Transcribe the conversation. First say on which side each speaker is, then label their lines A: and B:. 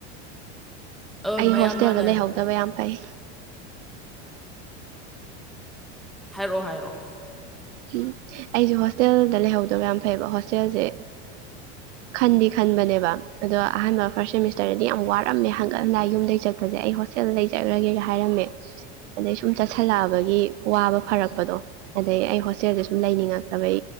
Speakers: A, in the centre; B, on the right (about 85°).
A: ꯑꯗꯣ
B: ꯑꯩ
A: ꯃꯌꯥꯝ
B: ꯍꯣꯁꯇꯦꯜꯗ
A: ꯃꯥꯟꯅꯔꯒ
B: ꯂꯩꯍꯧꯗꯕ ꯌꯥꯝ ꯐꯩ
A: ꯍꯥꯏꯔꯛꯑꯣ ꯍꯥꯏꯔꯛꯑꯣ
B: ꯎꯝ ꯑꯩꯁꯦ ꯍꯣꯁꯇꯦꯜꯗ ꯂꯩꯍꯧꯗꯕ ꯌꯥꯝ ꯐꯩꯕ ꯍꯣꯁꯇꯦꯜꯁꯦ ꯈꯟꯗꯤ ꯈꯟꯕꯅꯦꯕ ꯑꯗꯣ ꯑꯍꯥꯟꯕ ꯐꯥꯔꯁ ꯁꯦꯃꯤꯁꯇꯔꯗꯗꯤ ꯌꯥꯝ ꯋꯥꯔꯝꯃꯦ ꯍꯪꯒꯠ ꯍꯟꯗꯥꯏ ꯌꯨꯝꯗꯒꯤ ꯆꯠꯄꯁꯦ ꯑꯩ ꯍꯣꯁꯇꯦꯜꯗ ꯆꯠꯂꯨꯔꯒꯦꯒ ꯍꯥꯏꯔꯝꯃꯦ ꯑꯗꯩ ꯁꯨꯝ ꯆꯠꯁꯜꯂꯛꯑꯕꯒꯤ ꯋꯥꯕ ꯐꯔꯛꯄꯗꯣ ꯑꯗꯩ ꯑꯩ ꯍꯣꯁꯇꯦꯜꯗ ꯁꯨꯝ ꯂꯩꯅꯤꯡꯉꯛꯇꯕꯩ